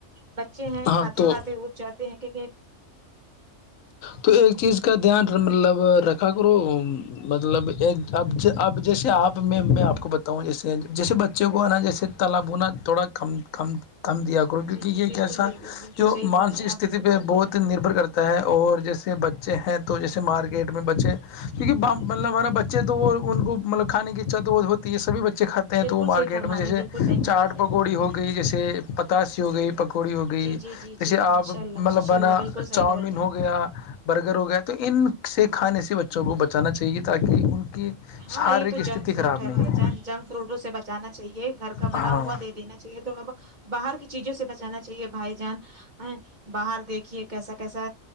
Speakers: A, on the right; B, on the left.
A: بچے ہیں
B: ہاں
A: کھاتے
B: تو
A: کھاتے اٹھ جاتے ہیں کیکہ
B: تو ایک چیز کا دھیان مطلب رکھا کرو مطلب ایک اب اب جیسے آپ میں میں آپ کو بتاؤں جیسے جیسے بچے کو نا جیسے تالبونا توڑا کم دیا کو کیونکہ
A: جی جی
B: یہ
A: بالکل
B: ایک ایسا
A: بالکل بالکل
B: جو
A: صحیح بول
B: مانسک
A: رہے ہیں آپ
B: استتی
A: بالکل
B: پہ
A: صحیح بول
B: بہت
A: رہے ہیں
B: نربر کرتا ہے اور جیسے بچے ہیں تو جیسے مارکیٹ میں بچے کیونکہ مطلب ہمارا بچے تو وہ ان کو مطلب کھے کی اھا تو وہ ہوتی ہے سب بچے چے کھاتے ہیں
A: بالکل
B: تو وہ
A: صحیح
B: مارکیٹ
A: فرما
B: میں جیسے
A: رہے ہیں بالکل صحیح
B: چاٹ
A: فرما رہے
B: پکوڑی
A: ہیں آپ
B: ہو گئی جیسے پتاسی ہو گئی پکوڑی ہو گئی
A: جی جی جی
B: جیسے
A: جی ماشاء
B: آپ
A: اللہ
B: مطلب
A: ماشاء
B: بنا
A: اللہ بالکل
B: چاؤمین
A: صحیح بول رہے
B: ہو
A: ہیں
B: گیا برگر ہو گیا تو ان سے کھانے سے بچوں کو چانا چاہیے تاکہ ان کی
A: ہاں
B: شارییرک
A: یہ تو
B: استھھی
A: جنک فروٹ
B: خراب
A: ہے بھائی
B: نہیں ہو
A: جان جنک فروٹوں سے بچانا چاہیے گھر کا
B: ہاں
A: بنا ہوا دے دینا چاہیے تھوڑا بہت باہر کی چیزوں سے بچانا چاہیے بھائی جان ا باہر دیکھیے کیسا کیسا